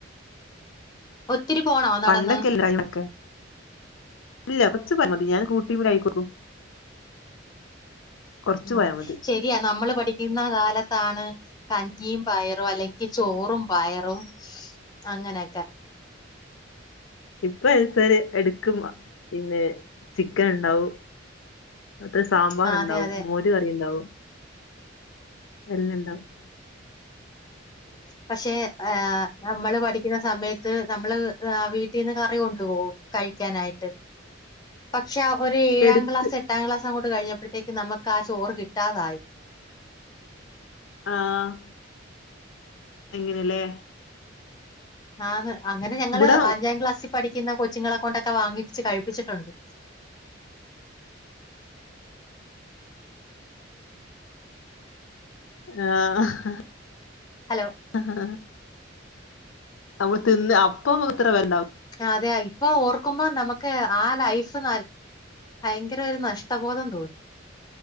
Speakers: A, on the left (about 20°); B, on the left (about 85°).
A: ഒത്തിരി പോണോ നടന്ന്
B: പണ്ടൊക്കെ എല്ലാരൊക്കെ ഇല്ല കൊറച്ച് പോയാ മതി ഞാൻ കൂട്ടി പോയിക്ക്ന്നു കൊറച്ച് പോയാ
A: ആ
B: മതി
A: ശരിയാ നമ്മള് പഠിക്കുന്ന കാലത്താണ് കഞ്ഞിയും പയറും അല്ലെ ഇക്ക് ചോറും പയറും അങ്ങനെയൊക്കെ
B: ഇപ്പൊ അഹ് എടത്താല് എടുക്കുമ്പോ പിന്നെ ചിക്കന് ഉണ്ടാവും അത്ര സാമ്പാറ്ണ്ടാവും
A: ആ അതെ അതെ
B: മോര് കറിയുണ്ടാവും എല്ലണ്ടാവും
A: പക്ഷെ ഏഹ് നമ്മള് പഠിക്കുന്ന സമയത്ത് നമ്മള് വീട്ടീന്ന് കറി കൊണ്ടു പോവും കഴിക്കാനായി ട്ട് പക്ഷെ ഒരു ഏഴാം
B: എടുക്ക്
A: ക്ലാസ് എ എട്ടാം ക്ലാസ് അങ്ങോട്ട് കഴിഞ്ഞപ്പോഴത്തേക്ക് നമുക്ക് ആ ചോറ് കിട്ടാതായി
B: ആഹ് എങ്ങനെല്ലേ
A: ആ ന്ന് അങ്ങനെ ഞങ്ങള്
B: ഇവിടെ
A: അഞ്ചാം ക്ലാസ്സിൽ പഠി ക്കാന്ന കൊച്ചുങ്ങളെ കൊണ്ടൊക്കെ വാങ്ങിപ്പിച്ച് കഴിപ്പിച്ചിട്ടുണ്ട്
B: ആഹ്
A: ഹലോ
B: ഏഹ് നമ്മള് തിന്ന് അപ്പ മാത്ര ഇവരുണ്ടാവു
A: അതെ ഇപ്പൊ ഓർക്കുമ്പോ നമുക്ക് ആ ലൈഫ് ന ഭയങ്കര ഒരു നഷ്ടബോധം തോന്നും